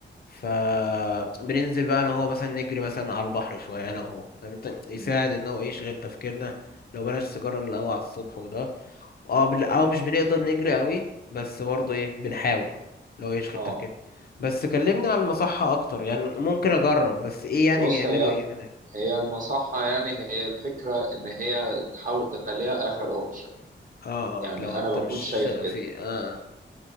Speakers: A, on the left (about 50°); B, on the right (about 45°).
A: فبننزل بقى انا وهو مثلا نجري مثلا على البحر شويه انا وهو فاهم انت
B: م.
A: يساعد ان هو ايه يشغل تفكيرنا لو بلاش سيجاره اللي هو على الصبح وده اه بال- او مش بنقدر نجري قوي بس برضه ايه بنحاول لو يشغل
B: اه
A: تفكيرنا بس كلمني عن المصحه اكتر يعني ممكن اجرب بس ايه يعني
B: بص
A: بيعملوا
B: هي
A: ايه هناك
B: هي المصحة يعني هي الفكرة إن هي تحاول تخليها آخر أوبشن
A: اه
B: يعني
A: آه، لو
B: أنا
A: انت
B: بكون
A: مش
B: شايف كده
A: في اه